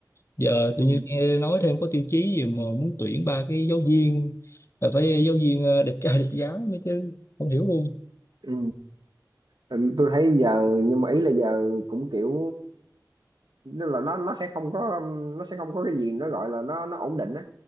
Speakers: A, on the left (about 40°); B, on the right (about 75°).
A: giờ tự
B: Ừ.
A: nhiên nghe nói thêm có tiêu chí gì mà muốn tuyển ba cái giáo viên là phải giáo viên ờ, đẹp trai đẹp gái nữa chứ không hiểu luôn
B: Ừ. Ừ, tôi thấy giờ nhưng mà ý là giờ cũng kiểu nên là nó nó sẽ không có nó sẽ không có cái gì nó gọi là nó nó ổn định á